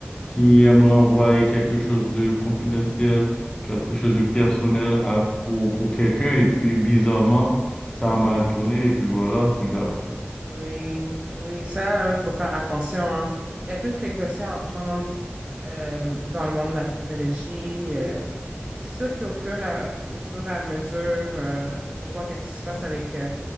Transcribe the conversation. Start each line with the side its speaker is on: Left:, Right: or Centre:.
Left: qui aimeraient envoyer quelque chose de confidentiel, quelque chose de personnel à, pour, pour quelqu'un, et puis bizarrement, ça a mal tourné, et puis voilà, c'est grave.
Right: Oui, oui, ça, il faut faire attention. hein. Il y a plein de précautions à prendre euh, dans le monde de la technologie. euh. Puis c'est sûr qu'au fur et à, au fur et à mesure, euh, on voit qu'est-ce qui se passe avec... euh,